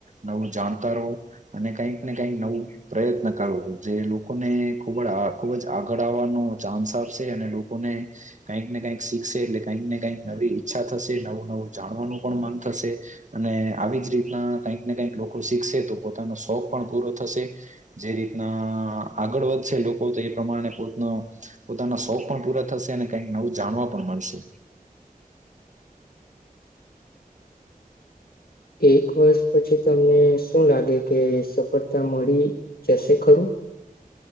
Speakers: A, on the right; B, on the left.
A: નવું જાણતા રહો અને કઈક ને કઈક નવું પ્રયત્ન કરવો જે લોકોને ખૂબ જ આ ખૂબ જ આગળ આવવાનો ચાન્સ આપશે અને લોકોને કંઈક ને કઈક શીખશે એટલે કંઈક ને કંઈક નવી ઈચ્છા થશે નવું નવું જાણવાનું પણ મન થશે અને આવી જ રીતના કંઈક ને કંઈક લોકો શીખશે તો પોતાનો શોખ પણ પૂરો થશે જે રીતના આગળ વધશે લોકો તો એ પ્રમાણે પોતનો પોતાના શોખ પણ પૂરા થશે અને કઈક નવું જાણવા પણ મળશે
B: એક વર્ષ પછી તમને શું લાગે કે સફળતા મળી જશે ખરું?